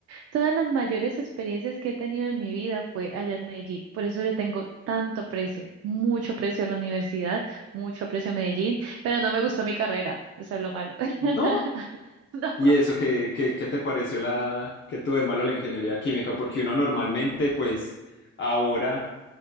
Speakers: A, on the right; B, on the left.
A: Todas las mayores experiencias que he tenido en mi vida fue allá en Medellín. Por eso le tengo tanto precio, mucho precio a la universidad, mucho precio a Medellín, pero no me gustó mi carrera. Eso es lo malo. <laughs>
B: No.
A: No.
B: ¿Y eso qué, qué, qué te pareció la que tuve malo la ingeniería química? Porque uno normalmente, pues, ahora